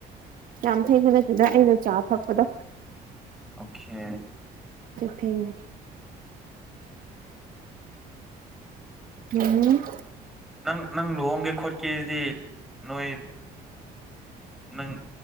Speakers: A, on the right; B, in the centre.
A: ꯌꯥꯝ ꯐꯩꯅ ꯅꯠꯇꯗ ꯑꯩꯅ ꯆꯥ ꯊꯛꯄꯗꯣ
B: ꯑꯣꯀꯦ
A: ꯊꯝ ꯎꯝ
B: ꯅꯪ ꯅꯪ ꯂꯨꯍꯣꯡꯒꯦ ꯈꯣꯠꯀꯦꯗꯤ ꯅꯣꯏ ꯅꯪ